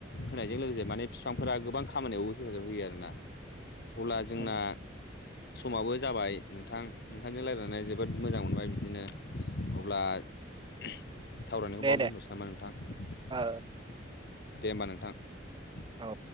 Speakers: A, on the left; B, on the right.
A: होनायजों लोगोसे माने बिफांफोरा गोबां खामानियावबो हेफाजाब होयो आरोना। अब्ला जोंना
B: उम,
A: समाबो जाबाय नोंथां नोंथांजों रायलायनानै जोबोद मोजां मोनबाय बिदिनो अब्ला सावरायनायखौ
B: दे
A: बावनो
B: दे
A: दोन्थ'सै नामा नोंथां दे होमबा नोंथां
B: ओ
A: दे होनबा नोंथां।
B: औ